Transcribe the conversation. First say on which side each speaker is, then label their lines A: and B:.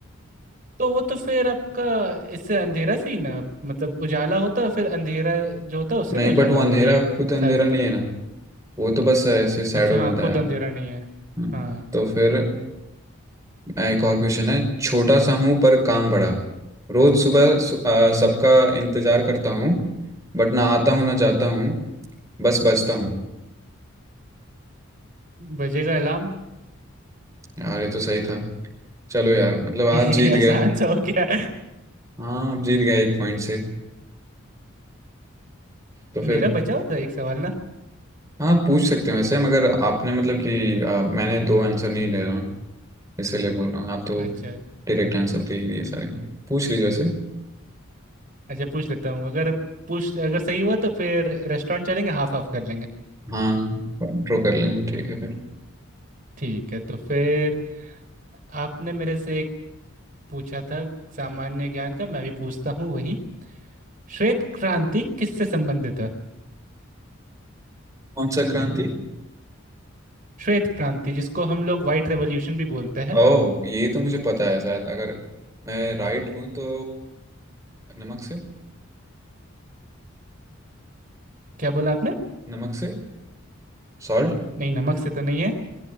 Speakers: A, on the right; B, on the right.
A: तो वो तो फिर आपका इससे अंधेरा से ही ना मतलब उजाला होता फिर अंधेरा जो होता उससे
B: नहीं
A: ना उजाला
B: बट वो अंधेरा
A: ये
B: खुद अंधेरा
A: साया बनता
B: नहीं है ना वो तो बस ऐसे सैडो
A: अच्छा
B: बनता
A: हाँ खुद
B: है यार
A: अंधेरा नहीं है
B: हम्म,
A: हाँ
B: तो फिर अ, एक और क्वेश्चन है छोटा सा हूँ पर काम बड़ा रोज सुबह सु, अ, सबका इंतजार करता हूँ बट ना आता हूँ ना जाता हूँ बस बचता हूँ
A: बजेगा अलार्म
B: यार ये तो सही था चलो यार मतलब
A: <laughs>
B: आप
A: ये
B: जीत गए
A: आसान सा हो गया
B: हाँ आप जीत गए एक पॉइंट से तो
A: मेरा
B: फिर
A: बचा होता है एक सवाल ना
B: हाँ पूछ सकते हैं वैसे मगर आपने मतलब कि आ, मैंने दो आंसर नहीं दे रहा हूँ इसीलिए बोल रहा हूँ आप तो
A: अच्छा
B: डायरेक्ट आंसर दे ही दिए सारे पूछ लीजिए वैसे
A: अच्छा पूछ लेता हूँ अगर पूछ अगर सही हुआ तो फिर रेस्टोरेंट चलेंगे हाफ हाफ कर लेंगे
B: हाँ ड्रॉ कर लेंगे ठीक है फिर
A: ठीक है तो फिर आपने मेरे से एक पूछा था सामान्य ज्ञान का मैं भी पूछता हूँ वही श्वेत क्रांति किससे संबंधित है
B: कौन सा क्रांति
A: श्वेत क्रांति जिसको हम लोग व्हाइट रेवोल्यूशन भी बोलते हैं
B: ओह ये तो मुझे पता है शायद अगर मैं राइट हूँ तो नमक से
A: क्या बोला आपने
B: नमक से सॉल्ट
A: नहीं नमक से तो नहीं है